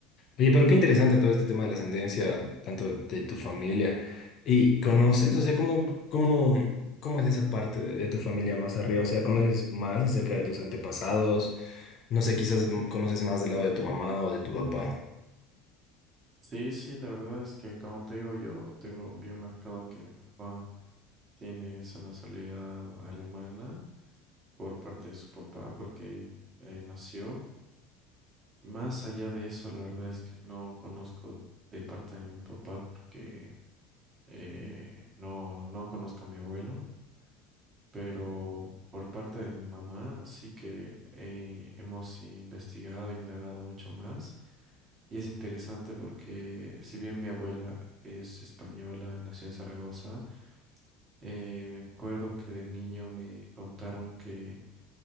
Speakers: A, on the left; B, on the right.
A: Oye, pero qué interesante todo este tema de la ascendencia, tanto de, de tu familia. ¿Y conoces? O sea, ¿cómo, cómo, cómo es esa parte de, de tu familia más arriba? O sea, ¿conoces más acerca de tus antepasados? No sé, quizás mm, conoces más del lado de tu mamá o de tu papá.
B: Sí, sí, la verdad es que como te digo, yo tengo bien marcado que mi papá tiene esa nacionalidad alemana por parte de su papá porque ahí eh, nació. Más allá de eso, la verdad es que no conozco de parte de mi papá porque Eh, no, no conozco a mi abuelo, pero por parte de mi mamá sí que eh, hemos investigado e indagado mucho más. Y es interesante porque si bien mi abuela es española, nació en Zaragoza, eh, me acuerdo que de niño me contaron que